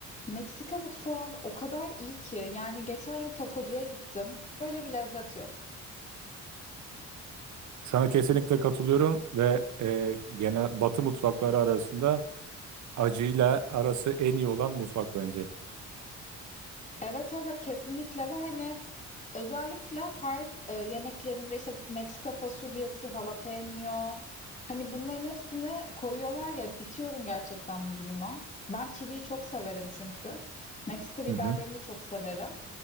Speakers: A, on the left (about 25°); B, on the right (about 70°).
A: Meksika mutfağı o kadar iyi ki. Yani geçen yıl takocuya gittim. Böyle bir lezzet yok.
B: Sana kesinlikle katılıyorum ve e, genel Batı mutfakları arasında acıyla arası en iyi olan mutfak bence.
A: Evet evet kesinlikle ve hani özellikle her e, yemeklerinde işte Meksika fasulyesi, jalapeno hani bunların hepsini koyuyorlar ya bitiyorum gerçekten bu duruma. Ben çiliyi çok severim çünkü. Meksika biberlerini
B: Hı hı.
A: de çok severim.